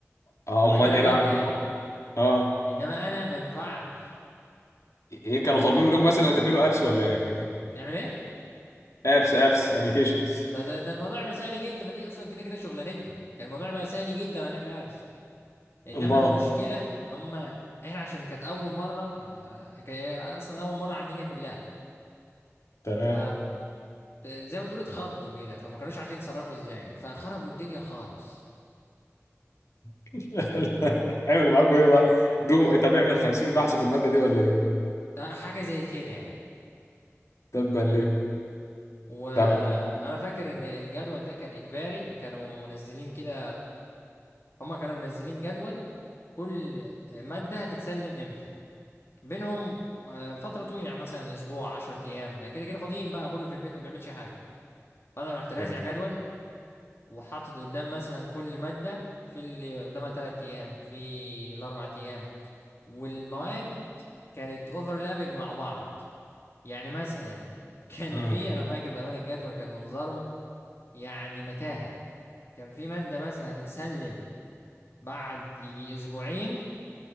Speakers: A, on the left; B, on the left.
A: اه
B: في
A: امال
B: مجالك
A: ايه بقى
B: انت
A: عندكم
B: يعني
A: اه
B: انما انا ما ينفعش
A: ايه كانوا طالبين منكم مثلا تعملوا ابس ولا ايه
B: نعمل ايه؟
A: ابس ابس ابلكيشنز
B: ده, ده, ده الموضوع يبقى سهل جدا ما دي اصلا كده كده شغلانتنا كان الموضوع يبقى سهل جدا هنعمل ابس انما
A: امال
B: المشكله هم احنا عشان كانت اول مره يعني ك- هي اصلا اول مره على الدنيا كلها
A: تمام
B: ف زي ما تقول اتخضوا كده فما كانوش عارفين يتصرفوا ازاي فخربوا الدنيا خالص
A: <laughs> عملوا
B: و...
A: معاكم ايه بقى دو طب اعمل 50 بحث في الماده دي ولا ايه
B: آه، حاجه زي كده يعني
A: تبا ليهم
B: وانا
A: طب
B: فاكر ان الجدول ده كان اجباري كانوا منزلين كده هم كانوا منزلين جدول كل ماده هتتسلم امتى بينهم آه، فتره طويله يعني مثلا اسبوع 10 ايام يعني كده كده فاضيين بقى كله في البيت ما بيعملش حاجه فانا رحت رازع
A: تمام
B: جدول وحاطط قدام مثلا كل مادة في اللي قدامها تلات أيام في الأربع أيام والمواد كانت اوفرلابنج مع بعض يعني مثلا <laughs> كان
A: امم
B: في أنا فاكر بأمانة الجدول كان منظره يعني متاهة كان في مادة مثلا هتتسلم بعد يجي أسبوعين